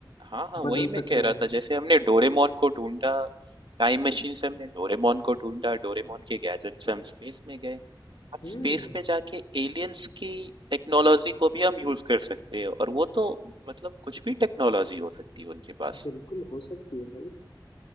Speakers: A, on the right; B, on the left.
A: हाँ, हाँ,
B: बदल
A: वही मैं
B: सकते
A: कह
B: हैं
A: रहा था जैसे हमने डोरेमोन को ढूँढा, टाइम मशीन से हमने डोरेमोन को ढूँढा, डोरेमोन के गैजेट से हम स्पेस में गए। अब
B: हम्म
A: स्पेस में जाके एलियंस की टेक्नोलॉज़ी को भी हम यूज़ कर सकते हैं और वो तो मतलब कुछ भी टेक्नोलॉज़ी हो सकती है उनके पास।
B: बिल्कुल हो सकती है भाई